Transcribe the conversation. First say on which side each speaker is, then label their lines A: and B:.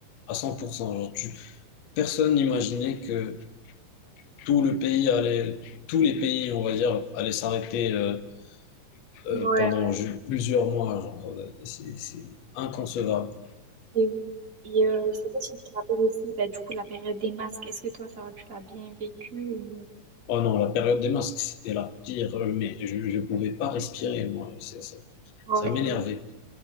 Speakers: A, on the left; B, on the right.
A: à 100%. Genre, tu, personne n'imaginait que tout le pays allait, tous les pays, on va dire, allaient s'arrêter, euh, euh,
B: Ouais.
A: pendant ju- plusieurs mois. Genre, euh, c'est, c'est inconcevable.
B: Et, et, euh, je sais pas si tu te rappelles aussi, bah, du coup, la période des masques, est-ce que toi, ça va, tu l'as bien vécu ou...
A: Oh non, la période des masques, c'était la pire, euh, mais je ne pouvais pas respirer, moi. c'est- Ça,
B: Ouais,
A: ça m'énervait.
B: t'es-